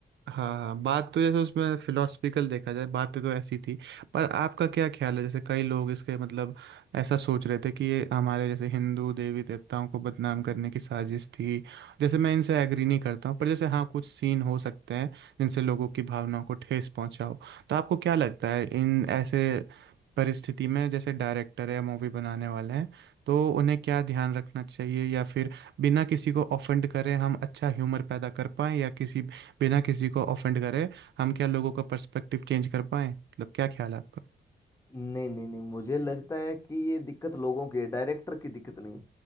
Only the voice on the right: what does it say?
हाँ हाँ बात तो जैसे उसमें फिलोसफिकल देखा जाए बातें तो ऐसी थी पर आपका क्या ख्याल है जैसे कई लोग इसके मतलब ऐसा सोच रहे थे कि ये हमारे जैसे हिंदू देवी देवताओं को बदनाम करने की साजिश थी जैसे मैं इनसे एग्री नहीं करता हूँ पर जैसे हाँ कुछ सीन हो सकते हैं जिनसे लोगों की भावनाओं को ठेस पहुंचा हो तो आपको क्या लगता है इन ऐसे परिस्थिति में जैसे डायरेक्टर है या मूवी बनाने वाले हैं तो उन्हें क्या ध्यान रखना चाहिए या फिर बिना किसी को ऑफेंड करे हम अच्छा ह्यूमर पैदा कर पाएं या किसी बिना किसी को ऑफेंड करे हम क्या लोगों का पर्सपेक्टिव चेंज कर पाए मतलब क्या ख्याल है आपका